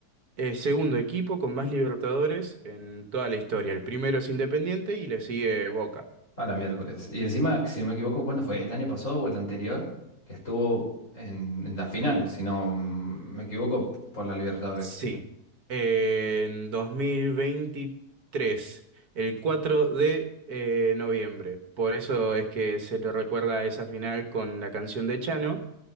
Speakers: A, on the right (about 65°); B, on the left (about 45°).
A: eh, segundo equipo con más Libertadores en toda la historia. El primero es Independiente y le sigue Boca.
B: A la miércoles. Y encima, si no me equivoco, ¿cuándo fue? ¿El año pasado o el anterior? Que estuvo en, en la final, si no mm, me equivoco, por la Libertadores.
A: Sí. Eh, en 2023 el 4 de eh, noviembre. Por eso es que se lo recuerda a esa final con la canción de Chano,